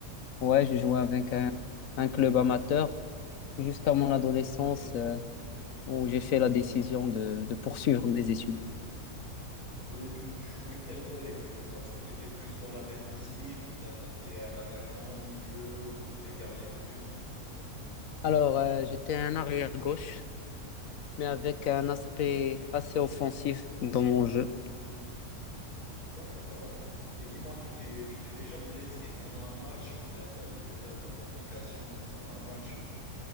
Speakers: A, on the left; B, on the left.
A: ouais, je jouais avec
B: Et du...
A: un, un club amateur jusqu'à mon adolescence,
B: Ok.
A: euh, où j'ai fait la décision de, de poursuivre mes études.
B: Et du coup, tu jouais quel rôle exactement? Est-ce que tu étais plus dans la défensive ou bien tu étais un attaquant, milieu ou bien gardien de but?
A: Alors, euh, j'étais un arrière gauche, mais
B: Mhm.
A: avec un aspect assez offensif dans mon jeu.
B: D'accord. Et dis-moi, tu t'es, tu t'es déjà blessé pendant un match ou bien tu as eu déjà des complications concernant un match?